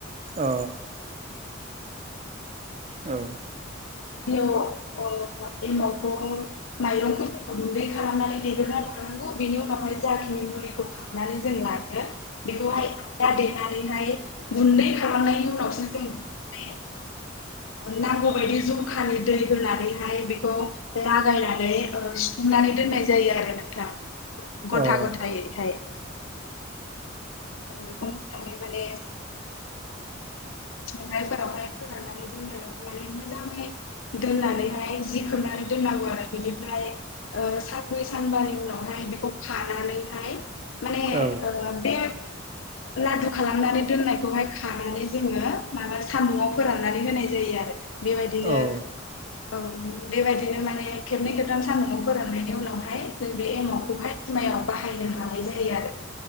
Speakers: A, on the right (about 35°); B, on the left (about 85°).
A: अ औ
B: गिबियाव ओ एमावखौ माइरंखौ जों गुन्दै खालामनानै देग्रना लानांगौ बेनि उनावहाय जाखिनि मुलिखौ खांनानै जों लायो बेखौहाय आदा देनानैहाय गुन्दै खालामनायनि उनावसो जों बेखौहाय नांगौबायायदि जखानि दै होनानैहाय बेखौ लागायनानै सिफुंनानै दोननाय जायो आरो नोंथां। गथा
A: अ
B: गथायैहाय औ बेखौ मोजाङै माने <inaudible> <inaudible> संनायफोरावहाय फोराननानै <unintelligible> मोजाङै दोननानैहाय जि खोबनानै दोननांगौ आरो बिनिफ्राय ओ सानब्रै सानबानि उनावहाय बेखौ खानानैहाय माने
A: औ
B: ओ बे लादु खालामनानै दोननायखौहाय खानानै जोङो माबा सानदुुंआव फोराननानै होनाय जायो आरो बेबायदिनो
A: औ
B: औ बेबायदिनो माने खेबनै खेबथाम सान्दुंआव फोराननायनि उनावहाय जों बे एमावखौहाय जुमायाव बाहायनो हानाय जायो आरो।